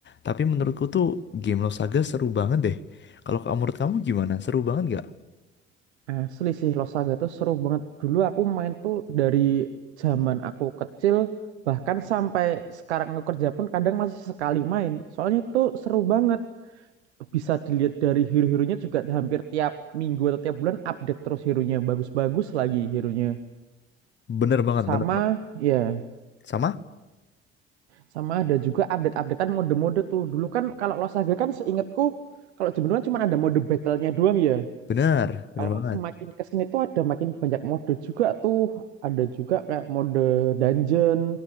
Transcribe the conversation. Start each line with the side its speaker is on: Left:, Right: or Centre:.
Left: Tapi menurutku tuh game Losaga seru banget deh. Kalau kamu- menurut kamu gimana? Seru banget nggak?
Right: Asli sih Lost Saga tuh seru banget. Dulu aku main tuh dari zaman aku kecil, bahkan sampai sekarang aku kerja pun kadang masih sekali main. Soalnya itu seru banget. Bisa dilihat dari hero-heronya juga hampir tiap minggu atau tiap bulan update terus hero-nya. Bagus-bagus lagi hero-nya.
Left: Bener banget,
Right: Sama,
Left: bener banget.
Right: ya.
Left: Sama?
Right: Sama ada juga update-updatean mode-mode tuh. Dulu kan kalau Lost Saga kan seingatku kalau Jemberan cuma ada mode battle-nya doang ya.
Left: Bener, bener
Right: Kalau
Left: banget.
Right: semakin kesini tuh ada makin banyak mode juga tuh. Ada juga kayak mode dungeon,